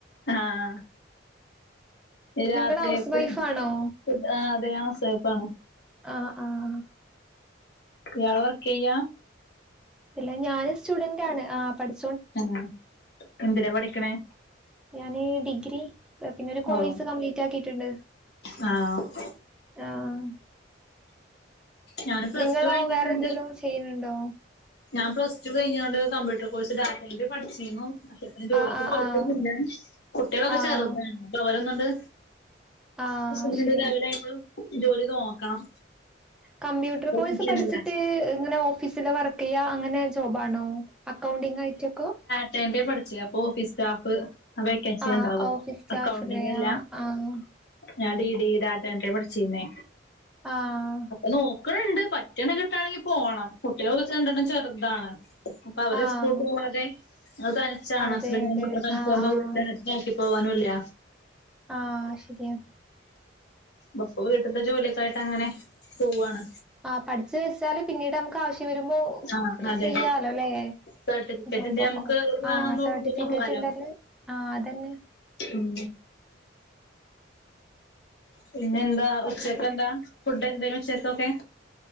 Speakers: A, on the left; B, in the centre.
A: ആഹ് രാത്രിയത്ത്
B: നിങ്ങള് ഹൗസ് വൈഫ് ആണോ
A: ഫുഡ് ആഹ് അതെ ഞാൻ സേഫാണ്
B: ആഹ് ആഹ്
A: ഇയാൾ വർക്കെയ്യാ
B: ഇല്ല ഞാന് സ്റ്റുഡന്റ് ആണ് ആ പഠിച്
A: തന്നെ എന്തിനാ പഠിക്കണേ
B: ഞാന് ഡിഗ്രി പിന്നൊരു കോഴ്സ്
A: ഓഹ്
B: കംപ്ലീറ്റ് ആക്കീട്ടുണ്ട്
A: ആഹ്
B: ആഹ്
A: ഞാന് പ്ലസ്
B: നിങ്ങളോ
A: ടു കഴിഞ്ഞിങ്ങാണ്ട്
B: വേറെ എന്തേലും ചെയ്യുന്നുണ്ടോ
A: ഞാൻ പ്ലസ് ടു കഴിഞ്ഞ്ങ്ങാണ്ട് കമ്പ്യൂട്ടർ കോഴ്സ് ഡാറ്റഎൻട്രി പഠിച്ചീന്നു ഞാൻ ജോലിക്ക്
B: ആഹ് ആഹ്
A: പോയിട്ടൊന്നില്ലാ
B: ആഹ്
A: കുട്ടികളൊക്കെ
B: ആഹ്
A: ചെറുതാണ് അപ്പൊ അവരൊന്നൊണ്ട്
B: ആഹ്
A: <unintelligible>
B: ശരി
A: ഒരു ജോലി നോക്കണം
B: കമ്പ്യൂട്ടർ
A: ഇപ്പൊന്നും
B: കോഴ്സ്
A: ചെയ്യുന്നില്ല
B: പഠിച്ചിട്ട് ഇങ്ങനെ ഓഫീസില് വർക്ക് ചെയ്യാ അങ്ങനെ ജോബ് ആണോ അക്കൗണ്ടിംഗ് ആയിട്ടൊക്കോ
A: <unintelligible> പഠിച്ചെയാ അപ്പൊ ഓഫീസ് സ്റ്റാഫ് ആ വേക്കൻസി
B: ആഹ്
A: ഉണ്ടാവാ
B: ഓഫീസ് സ്റ്റാഫല്ലേ
A: അക്കൗണ്ടിങ്ങല്ലാ
B: ആഹ് ആഹ്
A: ഞാൻ ഡീ ഡി ഡാറ്റ എൻട്രി പഠിച്ചീന്നേ
B: ആഹ്
A: നോക്കണണ്ട് പറ്റണ കിട്ടാണെങ്കി പോണം കുട്ടികള്ന്ന്ച്ചാ രണ്ടെണ്ണം ചെറുതാണ് അപ്പ അവര്
B: ആഹ്
A: സ്‌കൂൾ പൂവാതെ ഞങ്ങൾ തനിച്ചാണ്
B: അതെ
A: ഹസ്ബൻഡും
B: അതെ
A: കുട്ട്യോളു <unintelligible>
B: ആഹ് ആഹ്
A: ങ്ങും ആക്കി പോവാനുംല്യ
B: ആഹ് ശരിയാ.
A: ബ പ്പ വീട്ട്ത്തെ ജോലിയൊക്കായിട്ട് അങ്ങനെ പോവാണ്.
B: ആഹ് പഠിച്ചു വെച്ചാല് പിന്നീട് നമുക്ക് ആവശ്യം വരുമ്പോ
A: ആഹ് അതെ
B: ചെയ്യാലോ ല്ലേ.
A: സർട്ടിഫിക്കറ്റിന്റെ
B: ജോബൊക്കൊ
A: നമുക്ക് വേണം
B: ആഹ്
A: തോന്നുമ്പോ
B: സർട്ടിഫിക്കറ്റ്ണ്ടേല്.
A: പോവാലോ
B: ആഹ് അതന്നെ.
A: ഉം പിന്നെന്താ ഉച്ചക്കെന്താ
B: അങ്ങനെ
A: ഫുഡ് എന്തേനു ഉച്ചക്കൊക്കെ?